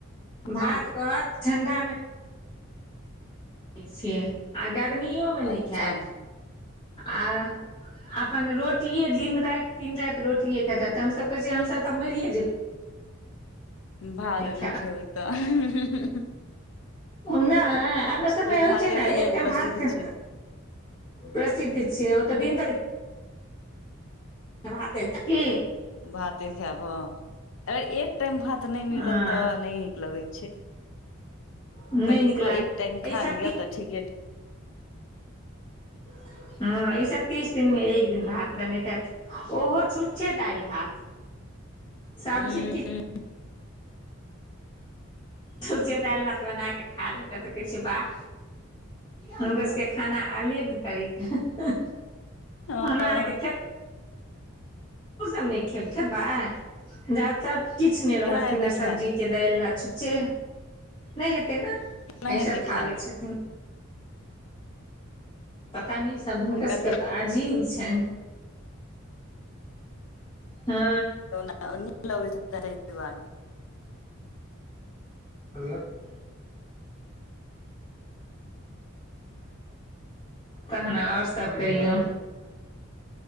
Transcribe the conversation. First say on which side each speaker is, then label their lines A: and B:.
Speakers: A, on the left; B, on the left.
A: भात
B: हँ
A: कहत ठंडा मे छीय आ गर्मिओ मे नहि
B: अच्छा
A: खैत आ अपन रोटिये दिन राति दिन राति रोटिये खेताे ते हमस कहे छे हमस तऽ मरिये जेबे।
B: भार नै
A: खायब
B: खेबै तऽ अह
A: नै अपना सभमे होय
B: भाते
A: छैय नै
B: के
A: एक
B: लेल
A: टाइम
B: प्रसिद्ध
A: भात के।
B: छै
A: प्रसिद्धि छियै ओतऽ दिन तऽ भाते कि
B: भाते खायबह अगर एक टाइम भात नहि मिलऽ
A: हँ
B: लऽ तऽ नहि नीक लगैत छै।
A: नहि
B: कनिको
A: नीक लाग
B: एक टाइम
A: ई
B: खा
A: सब
B: लिआ तऽ ठीके
A: <unintelligible> ह ईसभ तीस दिनमे एक दिन भात बनैतथ ओहो छुच्छे दालि भात सब्जी
B: हूँ
A: किछ। छूचे दाइल भात बना के खा लेतै तऽ के छैय बाह हुनकर सऽ के खाना अलेग तरीका ह
B: हँ
A: हमरा आ के खेत ओ सभ नइ खेब-खेबै, जाअ सभ किछ नइ रहत
B: केना हेतै
A: बिना सब्ज़ी।
B: खायल
A: के दाय लऽ छुचे, नै हेते नऽ,
B: केना
A: आइ
B: हेतै
A: सभ खा
B: खायल
A: लेछेथिन। पता नै शब्द हिनका
B: हुनकर
A: सभके
B: सब
A: तऽ अजीब छैन। हूँ
B: न लगै दुआ
A: <unintelligible> तहने आओर सभ कहियौ